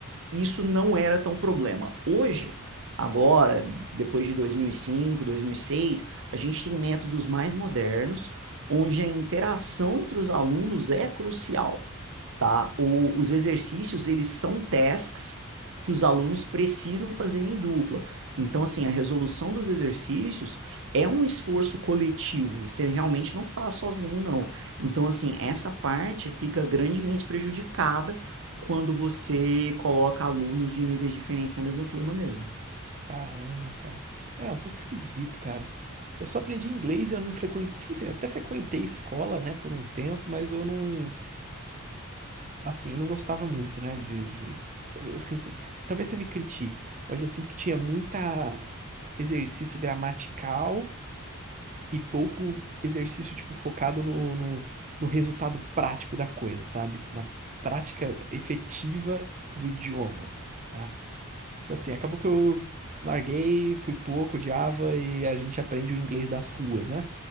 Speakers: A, on the right; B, on the right.
A: isso não era tão problema. Hoje, agora, depois de dois dois mil mil e cinco, dois mil e seis, a gente tem métodos mais modernos, onde a interação entre os alunos é crucial tá? O- os exercícios, eles são tasks que os alunos precisam fazer em dupla. Então, assim, a resolução dos exercícios é um esforço coletivo. Você realmente não faz sozinho, não. Então, assim, essa parte fica grandemente prejudicada quando você coloca alunos de níveis diferentes na mesma turma mesmo.
B: Caramba, cara. É é um pouco esquisito, cara. Eu só aprendi inglês, eu não frequentei, tipo assim, até frequentei escola, né, por um tempo, mas eu não assim, eu não gostava muito, né? De, de- eu, eu sinto. Talvez você me critique, mas eu sinto que tinha muita exercício gramatical e pouco exercício, tipo, focado no, no, no resultado prático da coisa, sabe? Na prática efetiva do idioma. Tá? Então, Assim, acabou que eu larguei, fui pouco, odiava e a gente aprende o inglês das ruas, né?